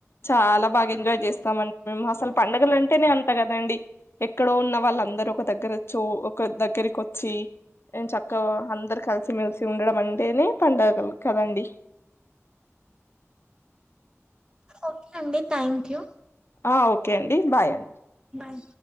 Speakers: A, on the left; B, on the right.
A: చాలా బాగా ఎంజాయ్ చేస్తామండి మేము అసలు పండుగలు అంటేనే అంత కదండి ఎక్కడో ఉన్న వాళ్ళ అందరుూ ఒక దగ్గర ఒచ్చ ఒక దగ్గరికొచ్చి ఎంచక్కగా అందరు కలిసిమెెలిసి ఉండడం అంటేనే పండగలు కదండి
B: ఓకే అండి థ్యాంక్ యూ
A: ఆ ఓకే అండి బాయ్ అండి
B: బాయ్